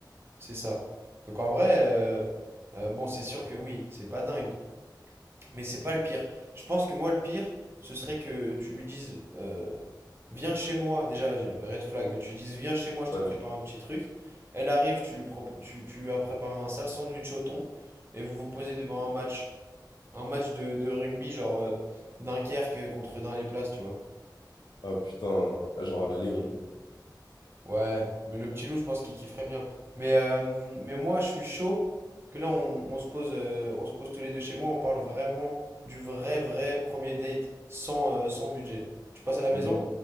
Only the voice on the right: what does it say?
c'est ça. Donc en vrai, euh, euh, bon, c'est sûr que oui, c'est pas dingue. Mais c'est pas le pire. Je pense que moi, le pire, ce serait que tu lui dises euh, Viens chez moi. Déjà, je- red flag, mais tu lui dises Viens chez moi, je
te prépare un petit truc. Elle arrive, tu lui, prop- tu, tu lui as préparé un sale sandwich au thon et vous vous posez devant un match. Un match de, de rugby, genre euh, Dunkerque contre Dans les tu vois.
Ouais, mais le petit loup, je pense qu'il kifferait bien. Mais, euh, mais moi, je suis chaud que là, on, on se pose, euh, on se pose tous les deux chez moi, on parle vraiment du vrai, vrai premier date sans, euh, sans budget. Tu passes à la maison?